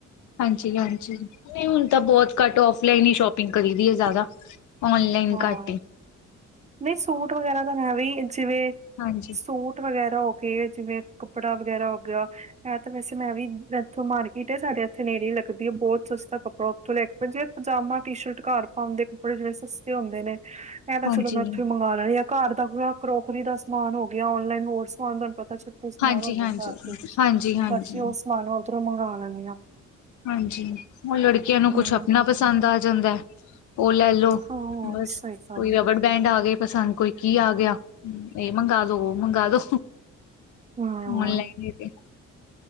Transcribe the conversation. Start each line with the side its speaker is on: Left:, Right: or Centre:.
Left: ਹਾਂਜੀ ਹਾਂਜੀ ਨਹੀਂ ਹੁਣ ਤਾਂ ਬਹੁਤ ਘੱਟ ਆੱਫਲਾਈਨ ਹੀ ਸ਼ੋਪਿੰਗ ਕਰੀ ਦੀ ਹੈ ਜ਼ਿਆਦਾ ਔਨਲਾਈਨ
Right: ਹਾਂ,
Left: ਘਟ ਈ
Right: ਨਹੀਂ ਸੂਟ ਵਗੈਰਾ ਤਾ ਐਵੇ ਜਿਵੇਂ
Left: ਹਾਂਜੀ
Right: ਸੂਟ ਵਗੈਰਾ ਕੇ ਜਿਵੇਂ ਕੱਪੜਾ ਵਗੈਰਾ ਹੋ ਗਿਆ ਆ ਤਾਂ ਵੈਸੇ ਮੈਂ ਵੀ ਇੱਥੋਂ ਮਾਰਕੀਟ ਏ ਸਾਡੇ ਇੱਥੇ ਨੇੜੇ ਹੀ ਲੱਗਦੀ ਹੈ ਬਹੁਤ ਸਸਤਾ ਕੱਪੜਾ ਲੈ ਕੇ ਪਏ ਜੇ ਪਜਾਮਾ ਟੀ ਸ਼ਰਟ ਘਰ ਪਾਉਂਣ ਦੇ ਕੱਪੜੇ ਜਿਹੜੇ ਸਸਤੇ ਹੁੰਦੇ ਨੇ ਇਹ ਤਾਂ
Left: ਹਾਂਜੀ
Right: ਚਲੋ ਮੈਂ ਇੱਥੋਂ ਮੰਗ਼ ਘਰ ਦਾ ਕਰੋਕਰੀ ਦਾ ਸਮਾਨ ਹੋ ਗਿਆ ਔਨਲਾਈਨ ਹੋਰ ਸਮਾਨ ਤੁਹਾਨੂੰ ਪਤਾ ਸਮਾਨ
Left: ਹਾਂਜੀ,
Right: ਹੁੰਦਾ
Left: ਹਾਂਜੀ,
Right: ਘਰ ਚ
Left: ਹਾਂਜੀ, ਹਾਂਜੀ।
Right: ਬਸਉਹ ਸਮਾਨ ਉਧਰੋਂ ਮੰਗਵਾ ਲੈਂਨੀ ਹਾਂ
Left: ਹਾਂਜੀ ਉਹ ਲੜਕੀਆਂ ਨੂੰ
Right: ਹਮ
Left: ਕੁਛ ਆਪਣਾ ਪਸੰਦ ਆ ਜਾਂਦਾ ਉਹ ਲੈ ਲੋ
Right: ਹਾਂ
Left: ਬਸ
Right: ਸਹੀ ਗੱਲ
Left: ਕੋਈ ਰਬੜ ਬੈਂਡ ਆ ਗਏ ਪਸੰਦ ਕੋਈ ਕੀ ਆ ਗਿਆ ਇਹ ਮੰਗਵਾ ਦੋ ਉਹ ਮੰਗਾ ਦੋ
Right: ਹੈ ਹਾਂ
Left: ਔਨਲਾਈਨ ਤੇ